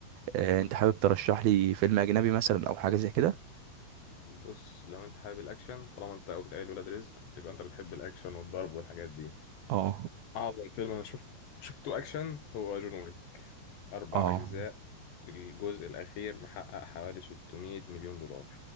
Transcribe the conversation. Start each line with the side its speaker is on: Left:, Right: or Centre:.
Right: آه أنت
Left: حصل
Right: حابب ترشح لي فيلم أجنبي مثلا أو حاجة زي كده؟
Left: بص لو انت حابب الاكشن طالما انت قمت قايل ولاد رزق يبقى انت بتحب الاكشن والضرب والحاجات دي
Right: آه
Left: أعظم فيلم أنا شفت شفته أكشن هو جون ويك أربع
Right: آه
Left: أجزاء الجزء الأخير محقق حوالي 600 مليون دولار